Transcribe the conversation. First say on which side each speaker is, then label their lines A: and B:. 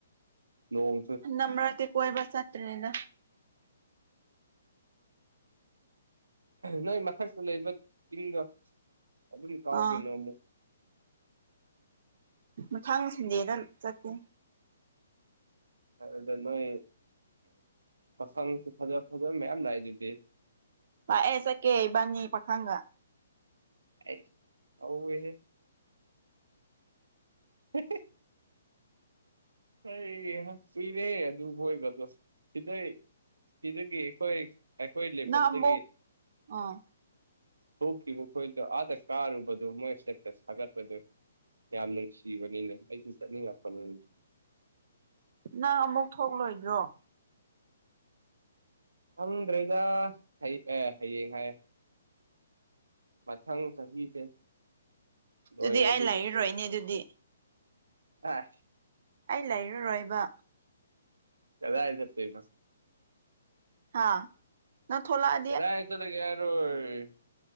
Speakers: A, on the right; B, on the right.
A: ꯅꯣꯡ
B: ꯍꯟꯅꯛ ꯃꯔꯛꯇꯤ ꯀꯣꯏꯕ ꯆꯠꯇꯔ꯭ꯦꯗ꯫
A: ꯅꯣꯏ ꯃꯊꯛꯇ ꯂꯩꯕ ꯆꯤꯡꯗꯣ ꯑꯗꯨꯝ ꯀꯥꯎ
B: ꯑꯥ
A: ꯀꯩꯅꯣ ꯑꯃꯨꯛ꯫
B: ꯃꯊꯪ ꯁꯟꯗꯦꯗ ꯆꯠꯀꯦ꯫
A: ꯑꯗꯨꯗ ꯅꯣꯏ ꯃꯁꯥꯡꯁꯨ ꯐꯖ ꯐꯖꯕ ꯃꯌꯥꯝ ꯂꯥꯛꯏꯗꯨꯗꯤ
B: ꯄꯥꯛꯑꯦ ꯆꯀꯦ ꯏꯕꯥꯅꯤ ꯄꯥꯈꯪꯒ
A: ꯑꯩ ꯍꯧꯋꯦꯍꯦ <unintelligible> ꯑꯩ ꯌꯦꯡꯉꯨ ꯀꯨꯏꯔꯦ ꯑꯗꯨ ꯃꯣꯏꯕꯗꯣ ꯁꯤꯗꯩ ꯁꯤꯗꯒꯤ ꯑꯩꯈꯣꯏ ꯑꯩꯈꯣꯏ ꯂꯩꯐꯝꯗꯒꯤ
B: ꯅꯪ ꯑꯃꯨꯛ ꯑꯥ
A: ꯊꯣꯛꯈꯤꯕ ꯃꯈꯣꯏꯗꯣ ꯑꯥꯗ ꯆꯥꯔꯨꯕꯗꯨꯣ ꯃꯣꯏ ꯏꯁꯇꯦꯇꯁ ꯁꯥꯒꯠꯄꯗꯨ ꯌꯥꯝ ꯅꯨꯡꯁꯤꯕꯅꯤꯅꯦ ꯑꯩꯁꯨ ꯆꯠꯅꯤꯡꯉꯛꯄꯅꯤ
B: ꯅꯪ ꯑꯃꯨꯛ ꯊꯣꯛꯂꯣꯏꯗ꯭ꯔꯣ
A: ꯈꯪꯗ꯭ꯔꯦꯗꯥ ꯑꯦ ꯍꯌꯦꯡ ꯍꯥꯏ ꯃꯊꯪ ꯆꯍꯤꯁꯦ ꯂꯣꯏꯔꯗꯤ
B: ꯑꯗꯨꯗꯤ ꯑꯩ ꯂꯩꯔꯔꯣꯏꯅꯦ ꯑꯗꯨꯗꯤ
A: ꯑꯥ
B: ꯑꯩ ꯂꯩꯔꯔꯣꯏꯕ
A: ꯂꯝꯂꯥꯏꯗ ꯐꯦꯃꯁ
B: ꯍꯥꯥ ꯅꯪ ꯊꯣꯛꯂ
A: ꯀꯗꯥꯏ ꯆꯠꯂꯥꯒꯦ ꯌꯥꯔꯣꯏ